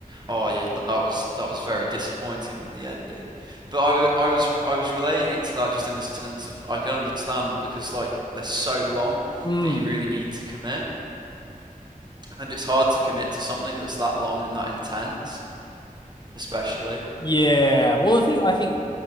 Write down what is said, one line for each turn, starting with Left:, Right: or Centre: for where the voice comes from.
Right: Oh yeah, that was that was very disappointing with the ending. But I I was I was relating it to that just in the sense of I can understand because like they're so long
Left: Mm.
Right: that you really need to commit, and it's hard to commit to something that's that long and that intense, especially.
Left: Yeah. Well, the thing I think